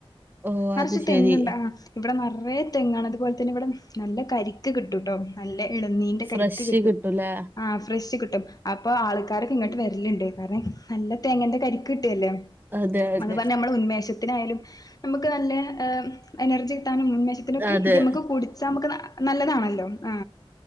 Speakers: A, on the right; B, on the left.
A: ഓ
B: നെറച്ച്
A: അത് ശരി
B: തെങ്ങ്ണ്ട ആഹ് ഇവിടെ നെറയെ തെങ്ങാണ് അതുപോല തന്നെ ഇവടെ നല്ല കരിക്ക് കിട്ടുട്ടൊ, നല്ല എളനീന്റെ
A: ഫ്രഷ്
B: കരിക്ക് കിട്ടും,
A: കിട്ടൂലേ
B: ആഹ് ഫ്രഷ് കിട്ടും അപ്പൊ ആൾക്കാരൊക്ക ഇങ്ങ്ട്ട് വര്ലണ്ട് കാര്ണം, നല്ല തേങ്ങന്റെ കരിക്ക് കിട്ടല്ലെ
A: അതെ അതെ
B: അത് പറഞ്ഞ നമ്മളെ ഉന്മേഷത്തിനായാലും, നമ്മക്ക് നല്ല എനർജി കിട്ടാനും ഉന്മേ- ഇതിനൊക്കെ
A: അതെ
B: ഇത് ഞമ്മക്ക് കുടിച്ചാ നമുക്കു നല്ലതാണല്ലോ ആ